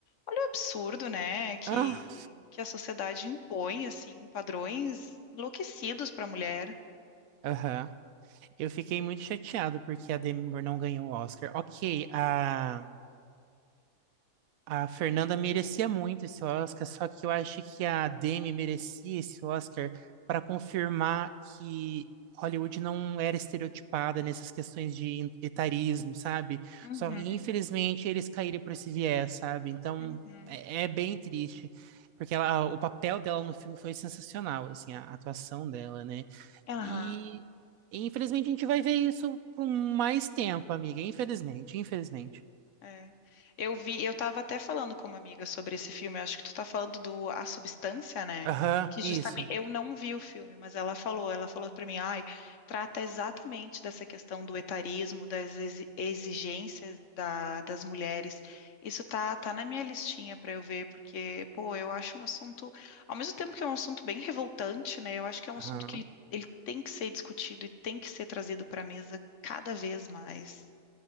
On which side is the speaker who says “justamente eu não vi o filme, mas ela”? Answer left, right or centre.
Left